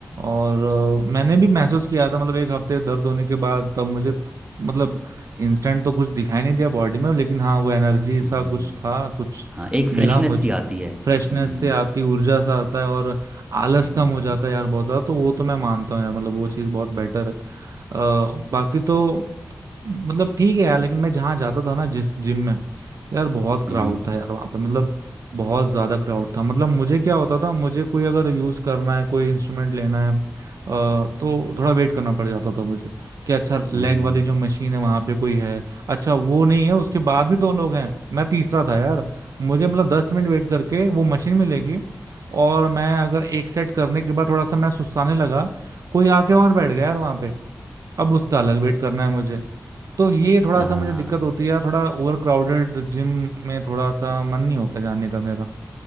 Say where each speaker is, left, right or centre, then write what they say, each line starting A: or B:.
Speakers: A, on the right; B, on the right.
A: और अ, मैंने भी महसूस किया था मतलब एक हफ्ते दर्द होने के बाद तब मुझे मतलब इंस्टेंट तो कुछ दिखाई नहीं दिया बॉडी में लेकिन हाँ वो एनर्जी
B: हम्म,
A: सा कुछ था कुछ
B: हाँ एक फ्रेशनेस
A: मिला मुझे
B: सी आती है हम्म
A: फ्रेशनेस से आती ऊर्जा सा आता है और आलस
B: हम्म
A: कम हो जाता है यार बहुत ज्यादा तो वो तो मैं मानता हूँ यार मतलब वो चीज़ बहुत बेटर है अ, बाकी तो मतलब ठीक है यार लेकिन मैं जहाँ जाता था ना जिस जिम में यार बहुत क्राउड
B: हम्म
A: था यार वहाँ पे मतलब बहुत ज्यादा क्राउड था मतलब मुझे क्या होता था मुझे कोई अगर यूज करना है कोई इंस्ट्रूमेंट लेना है अ, तो थोड़ा वेट करना पड़ जाता था मुझे कि अच्छा लेग
B: हम्म,
A: वाली जो मशीन है वहाँ पे कोई है अच्छा वो नहीं है उसके बाद भी दो लोग हैं मैं तीसरा था यार मुझे मतलब दस मिनट वेट करके वो मशीन मिलेगी और मैं अगर एक सेट करने के बाद थोड़ा सा मैं सुस्ताने लगा कोई आके और बैठ गया यार वहाँ पे अब उसका अलग वेट करना है मुझे तो ये थोड़ा
B: हाँ
A: सा मुझे दिक्कत होती है यार थोड़ा ओवर क्राउडेड जिम में थोड़ा सा मन नहीं होता जाने का मेरा